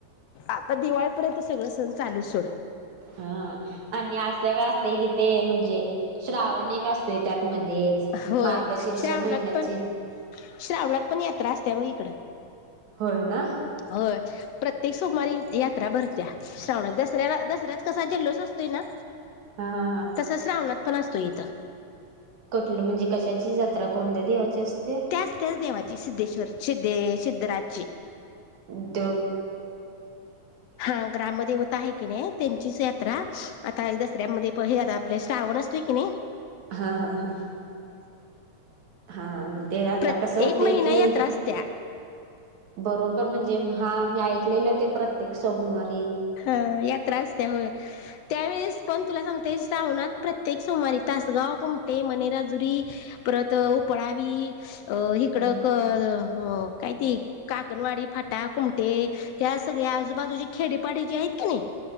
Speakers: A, on the left; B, on the right.
A: आता दिवाळीपर्यंत सगळ सण चालू सोड.
B: हा आणि असं का असते कि ते म्हणजे श्रावण का असत त्यात. मध्येच
A: होय
B: मार्गशीर्ष
A: श्रावणात
B: महिन्याची
A: पण श्रावणात पण येत. त्रासत मग इकड
B: होय ना
A: होय. प्रत्येक सोमवारी यात्रा भरत्या श्रावणात दसऱ्याला दसऱ्यात कसा जल्लोच असतोय ना.
B: हा हा हा
A: तसच रावणात पण असतो इथं.
B: कुठलं म्हणजे कशाची जत्रा कोणत्या देवाची असते.
A: त्याच त्याच देवाची सिद्धेश्वर सिद्धे सिद्धराजची
B: हो.
A: हा ग्रामदेवता आहे की नाही त्यांचीच यात्रा आता दसऱ्यामध्ये पहिले आता आपल्या श्रावण असतोय की नाही.
B: हा हा हा. हा ते आता
A: प्रत
B: कसं होतंय
A: एकक महिना
B: की
A: यात असस्ते
B: बरोबर म्हणजे हा मी ऐकलेलं ते प्रत्येक सोमवार
A: हा यात्रा असत होय त्यावेळेस पण तुला सांगते. सावणात प्रत्येक सोमवारी तासगाव कुमटे मणेराजुरी परत उपळावी अ हिकडं
B: हा
A: कर कायती का? अकणवाडी फाटा कुमटे या सगळ्या आजूबाजूची खेडेपाडी जी आहेत की नाही.